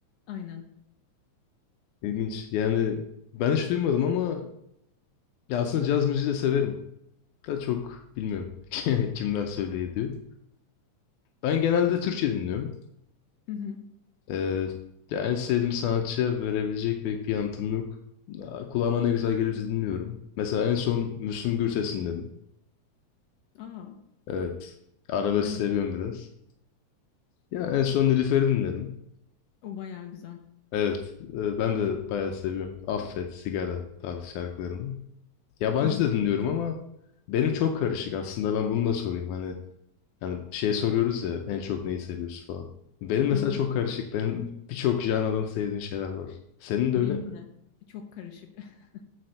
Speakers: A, on the left; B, on the left.
A: Aynen.
B: İlginç. Yani ben hiç duymadım ama ya aslında caz müziği de severim. Da çok bilmiyorum <laughs> kimler söylüyor ediyor. Ben genelde Türkçe dinliyorum.
A: Hı hı.
B: Ee, ya en sevdiğim sanatçıya verebilecek pek bir yanıtım yok. Aa, Kulağıma ne güzel gelirse dinliyorum. Mesela en son Müslüm Gürses'in dedim.
A: Aa,
B: Evet. Arabesk
A: hangi
B: seviyorum
A: şarkı?
B: biraz. Ya en son Nilüfer'i dinledim.
A: O bayağı güzel.
B: Evet. e, Ben de bayağı seviyorum. Affet, Sigara tarzı şarkılarını. Yabancı
A: Hı hı.
B: da dinliyorum ama benim çok karışık. Aslında ben bunu da sorayım. Hani hani şey soruyoruz ya en çok neyi seviyorsun falan. Benim mesela
A: Hı hı.
B: çok karışık. Benim birçok janradan sevdiğim şeyler var. Senin de
A: Benim
B: öyle mi?
A: de çok karışık. <laughs>